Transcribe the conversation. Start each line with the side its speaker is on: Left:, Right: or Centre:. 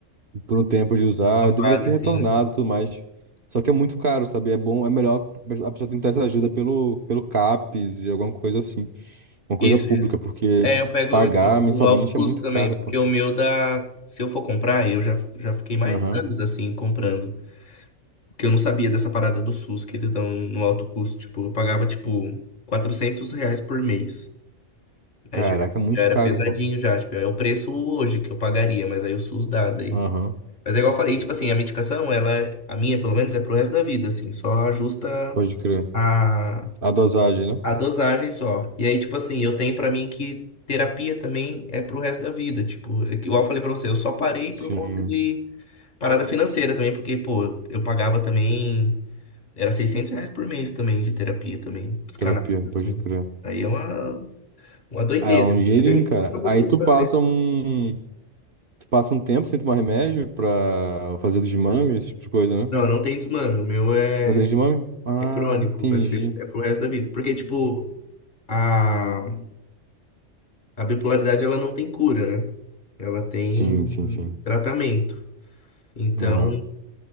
Right: por um tempo de usar,
Left: Uma
Right: eu deveria
Left: fase
Right: ter retornado
Left: assim, né?
Right: e tudo mais. Só que é muito caro, sabe? É bom, é melhor a pessoa tentar essa ajuda pelo, pelo CAPES e alguma coisa assim. Uma coisa
Left: Isso,
Right: pública,
Left: isso.
Right: porque
Left: É, eu pego
Right: pagar
Left: o do do
Right: mensalmente
Left: alto custo
Right: é muito
Left: também,
Right: caro,
Left: porque
Right: pô.
Left: o meu dá. Se eu for comprar, eu já, já fiquei mais
Right: Aham.
Left: anos assim comprando. Porque eu não sabia dessa parada do SUS que eles dão no alto custo. Tipo, eu pagava tipo 400 reais por mês. Aí
Right: Caraca,
Left: já,
Right: é muito
Left: já era
Right: caro,
Left: pesadinho
Right: pô.
Left: já. Tipo, é o preço hoje que eu pagaria, mas aí o SUS dá daí.
Right: Aham.
Left: Mas é igual eu falei, tipo assim, a medicação, ela, a minha pelo menos, é pro resto da vida, assim, só ajusta
Right: Pode crer.
Left: a,
Right: A dosagem, né?
Left: a dosagem só. E aí, tipo assim, eu tenho pra mim que terapia também é pro resto da vida, tipo, é que igual eu falei pra você, eu só parei
Right: Sim,
Left: por conta de parada financeira também, porque, pô, eu pagava também, era 600 reais por mês também de terapia também, psicanálise,
Right: terapia, pode
Left: assim.
Right: crer.
Left: Aí é uma, uma doideira.
Right: É um dinheirinho,
Left: Eu indico
Right: cara.
Left: pra você
Right: Aí tu
Left: fazer.
Right: passa um. Tu passa um tempo sem tomar remédio pra fazer desmame, esse tipo de coisa, né?
Left: Não, não tem desmano, o meu é,
Right: Não tem desmame? Ah,
Left: é crônico,
Right: entendi.
Left: vai ser, é pro resto da vida. Porque, tipo, a, a bipolaridade ela não tem cura, né? Ela tem
Right: Sim, sim, sim.
Left: tratamento. Então,
Right: Aham.